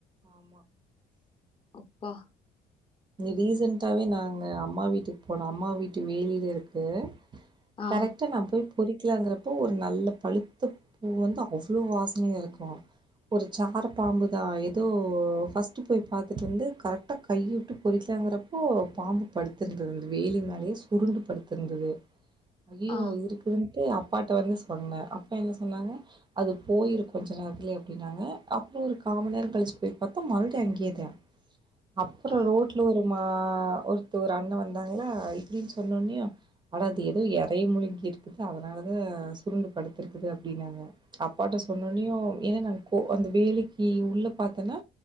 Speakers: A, on the right (about 25°); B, on the left (about 30°).
A: ஆமா
B: அப்பா
A: இ ரீசன்ட்டாவே நாங்க அம்மா வீட்டுக் போனோ அம்மா வீட்டு வேலில இருக்கு
B: ஆ
A: கரெக்டா நான் போய் பொறிக்கலாந்துறுப்போ ஒரு நல்ல பழுத்த பூ வந்து அவ்ளோ வாசனயா இருக்கு ஒரு சார பாம்புதா எதோ ஃபஸ்ட்டு போய் பாத்துட்டு வந்து கரெக்டா கை உட்டு பொறிக்கலாங்கறப்போ பாம்பு படுத்திருந்துது அந்த வேலி மேலயே சுருண்டு படுத்திருந்துது அய்யய்யோ
B: ஆ
A: இருக்குதுன்ட்டு அப்பாட்ட வந்து சொன்னே அப்பா என்ன சொன்னாங்க அது போயிரு கொஞ்ச நேரத்துலயே அப்டின்னாங்க அப்பறோ ஒரு காமன்நேரோ கழிச்சு போயி் பாத்தா மறுபடியு அங்கேதா அப்பறோ
B: ஆ
A: ரோட் மா ஒருத்த ஒரு அண்ண வந்தாங்களா இப்டின்னு சொன்னோன்னே அட அது எதோ எரய முழுங்கிருக்குது அதனாலதா சுருண்டு படுத்திருக்குது அப்டின்னாங்க அப்பாட்ட சொன்னோனயு ஏனா நா கோ அந்த வேலைக்கு உள்ள பாத்தன்னா